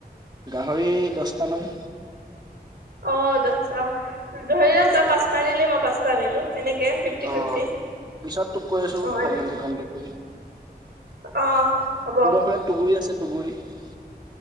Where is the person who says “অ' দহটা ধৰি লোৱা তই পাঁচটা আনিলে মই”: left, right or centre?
Right